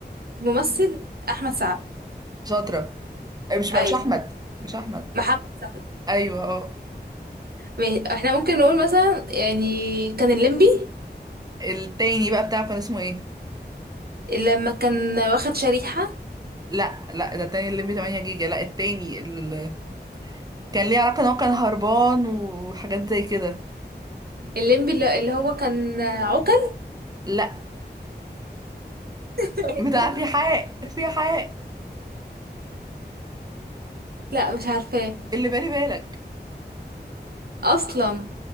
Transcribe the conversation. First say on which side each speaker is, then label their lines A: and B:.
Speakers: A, on the right; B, on the right.
A: ممثل احمد سعد
B: شاطرة مش مش
A: ايوه
B: أحمد مش أحمد
A: محمد سعد
B: أيوه اه
A: ماشي. احنا ممكن نقول مثلا يعني كان الليمبي
B: التاني بقى بتاعه كان اسمه ايه
A: لما كان واخد شريحة
B: لا لا ده التاني الليمبي 8 جيجا لا التاني ال... كان ليه علاقة ان هو كان هربان وحاجات زي كده
A: الليمبي اللي اللي هو كان عوكل
B: لا
A: <laughs>
B: <laughs> بتاع في حق في حق
A: لا مش عارفاه
B: اللي بالي بالك
A: اصلا